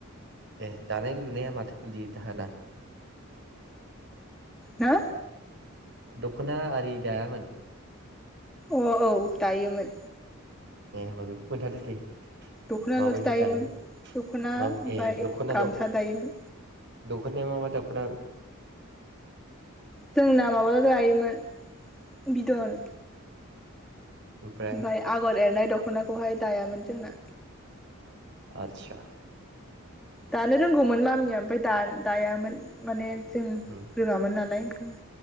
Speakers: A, on the right (about 55°); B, in the centre.
A: ए दानाय लुनाया माथो गोलैयो दाहोना
B: हा?
A: दखना आरि दायामोन
B: अ औ दायोमोन
A: ए ओमबा बेखौ खोथादो दे
B: दख'नाल'सो
A: माबायदि
B: दायोमोन
A: दायो
B: दख'ना
A: मा
B: ओमफ्राय
A: ए दखनाल'
B: गामसा दायोमोन
A: दखनाया मा मा दखना
B: जोंना माबा दायोमोन बिदन
A: ओमफ्राय
B: आमफाय आगर एरनाय द' खनाखौहाय दायामोन जोंना।
A: आतसा
B: दानो रोंगौमोन मामिया ओमफाय दा-दायामोन माने जों
A: उम
B: रोङामोन नालाय उम